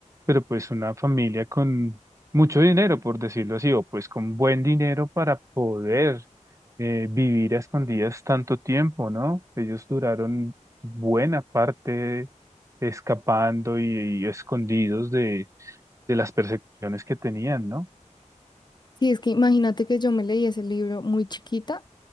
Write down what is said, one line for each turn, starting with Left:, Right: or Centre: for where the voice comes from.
Right: pero pues una familia con mucho dinero, por decirlo así, o pues con buen dinero para poder eh, vivir a escondidas tanto tiempo, ¿no? Ellos duraron buena parte escapando y, y escondidos de, de las persecuciones que tenían, ¿no?
Left: Sí, es que imagínate que yo me leí ese libro muy chiquita